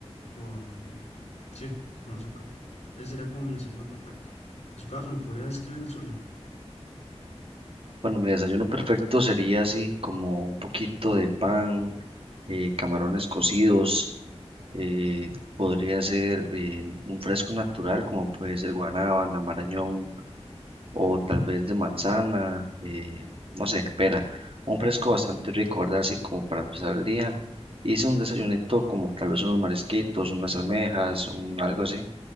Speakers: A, on the left (about 80°); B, on the right (about 55°).
A: con, sí, con azúcar. Ese sería como mi desayuno perfecto. En su caso, ¿me podría describir el suyo?
B: Bueno, mi desayuno perfecto sería así como un poquito de pan, eh, camarones cocidos, eh, podría ser eh, un fresco natural como puede ser guanábana, marañón o tal vez de manzana, eh, no sé, pera. Un fresco bastante rico, ¿verdad? Así como para empezar el día. Hice un desayunito como tal vez unos marisquitos, unas almejas, un, algo así,